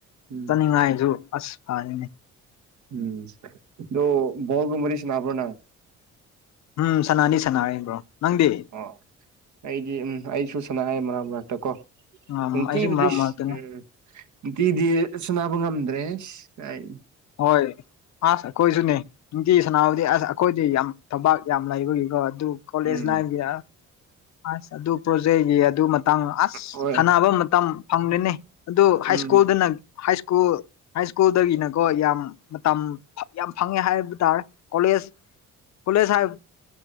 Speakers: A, on the right (about 70°); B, on the left (about 65°).
A: ꯎꯝ
B: ꯆꯠꯅꯤꯡꯉꯥꯏꯗꯨ ꯑꯁ ꯐꯅꯤꯅꯦ
A: ꯎꯝ ꯑꯗꯣ ꯕꯣꯜꯒꯨꯝꯕꯗꯤ ꯁꯥꯟꯅꯕꯔꯣ ꯅꯪ
B: ꯎꯝ ꯁꯅꯥꯅꯤ ꯁꯅꯥꯔꯕ꯭ꯔꯣ ꯅꯪꯗꯤ
A: ꯑꯣ ꯑꯩꯗꯤ ꯎꯝ ꯑꯩꯁꯨ ꯁꯅꯥꯔ ꯃꯅꯥꯛ ꯃꯅꯥꯛꯇ ꯀꯣ
B: ꯎꯝ
A: ꯏꯀꯤ
B: ꯑꯩꯁꯨ
A: ꯕ꯭ꯇꯤꯁ
B: ꯃꯔꯛ ꯃꯔꯛꯇꯅꯦ
A: ꯎꯝ ꯅꯨꯡꯇꯤꯗꯤ ꯁꯨꯅꯥꯕ ꯉꯝꯗ꯭ꯔꯦ ꯀꯥꯏ
B: ꯍꯣꯏ ꯑꯁ ꯀꯣꯏꯁꯨꯅꯦ ꯅꯨꯡꯇꯤ ꯁꯅꯥꯕꯨꯗꯤ ꯑꯁ ꯑꯩꯈꯣꯏꯗꯤ ꯌꯥꯝ ꯊꯕꯥꯛ ꯌꯥꯝ ꯂꯩꯕꯒꯤꯀꯣ ꯑꯗꯨ ꯀꯣꯂꯦꯖ
A: ꯎꯝ
B: ꯂꯥꯏꯐꯒꯤ ꯑ ꯑꯗꯨ ꯄꯣꯖꯦꯛꯒꯤ ꯑꯗꯨ ꯃꯇꯥꯡ ꯑꯁ
A: ꯍꯣꯏ
B: ꯁꯥꯟꯅꯕ ꯃꯇꯝ ꯐꯪꯦꯅꯦ ꯑꯗꯨ ꯍꯥꯏ
A: ꯎꯝ
B: ꯁ꯭ꯀꯨꯜꯗꯅ ꯍꯥꯏ ꯁ꯭ꯀꯨꯜ ꯍꯥꯏ ꯁ꯭ꯀꯨꯜꯗꯒꯤꯅꯀꯣ ꯌꯥꯝ ꯃꯇꯝ ꯌꯥꯝ ꯐꯪꯉꯦ ꯍꯥꯏꯕ ꯇꯥꯔꯦ ꯀꯣꯂꯦꯖ ꯀꯂꯦ ꯁꯥ